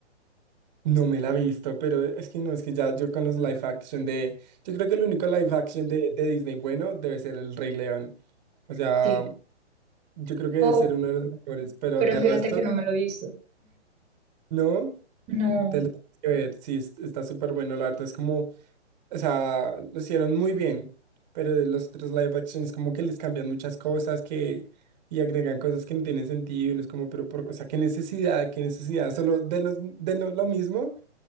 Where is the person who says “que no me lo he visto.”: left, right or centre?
Right